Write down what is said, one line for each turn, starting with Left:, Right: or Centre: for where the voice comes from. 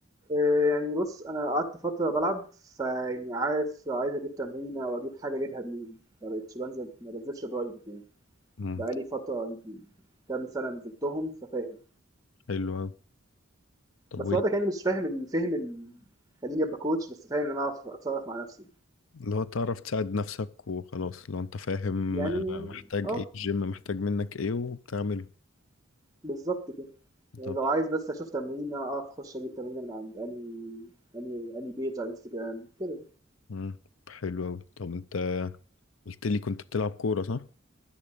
Right: آآ يعني بُص، أنا قعدت فترة بالعب، فيعني عارف عايز أجيب تمرينة أو أجيب حاجة أجيبها منين، ما بقيتش بانزل ما بانزلش private يعني،
Left: مم.
Right: بقى لي فترة يمكن كام سَنة نزلتهم ففاهم،
Left: حلو أوي. طب
Right: بس وقتها يعني مش فاهم الفهم ال خلّيني أبقى coach بس فاهم إن أنا أعرف أتصرّف مع نَفْسي،
Left: اللي هو تعرف تساعد نفسك وخلاص لو انت فاهم
Right: يعني
Left: محتاج
Right: آه،
Left: ايه الجيم محتاج منك ايه وبتعمله
Right: بالضبط كده، يعني
Left: طب
Right: لو عايز بس أشوف تمرينة أعرف أخُش أجيب تمرينة من عند أنهي أنهي أنهي page على الInstagram كده،
Left: مم، حلو اوي طب انت قلت لي كنت بتلعب كورة صح؟